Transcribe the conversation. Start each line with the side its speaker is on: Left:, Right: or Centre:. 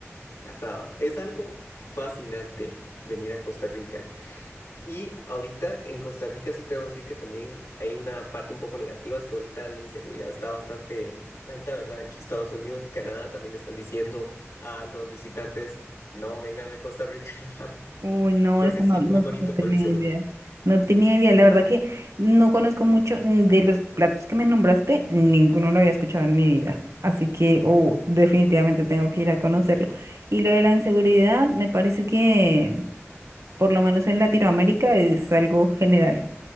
Left: casado. Es algo fascinante venir a Costa Rica. Y ahorita en Costa Rica sí te debo decir que también hay una parte un poco negativa, es que ahorita la inseguridad está bastante alta, ¿verdad? De hecho, Estados Unidos y Canadá también le están diciendo a los visitantes, no vengan a Costa Rica, <laughs>
Right: Uy, no,
Left: porque
Right: eso no,
Left: sí,
Right: no,
Left: muy bonito,
Right: no tenía
Left: pero inseguro.
Right: idea. No tenía idea. La verdad que no conozco mucho mm, de los platos que me nombraste, ninguno lo había escuchado en mi vida. Así que, oh, definitivamente tengo que ir a conocerlo. Y lo de la inseguridad, me parece que, por lo menos en Latinoamérica, es algo general.